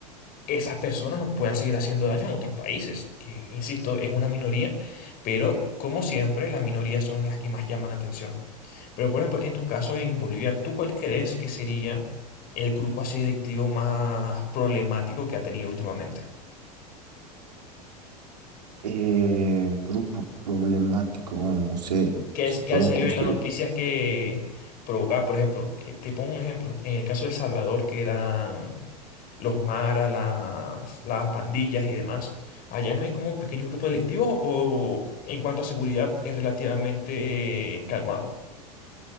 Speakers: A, on the left (about 45°); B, on the right (about 80°).
A: esas personas no puedan seguir haciendo daño en otros países, que insisto, es una minoría, pero como siempre, las minorías son las que más llaman la atención. Pero, por ejemplo, en tu caso en Bolivia, ¿tú cuál crees que sería el grupo así delictivo más problemático que ha tenido últimamente?
B: Eh, grupo problemático, bueno, no sé
A: Que,
B: si
A: es-
B: puedo
A: que ha salido
B: considerar.
A: en las noticias que provocaba, por ejemplo, eh, te pongo un ejemplo, en el caso de El Salvador, que eran los maras, las, las pandillas y demás, ¿allá no hay como pequeños grupos delictivos o en cuanto a seguridad es relativamente eh, calmado?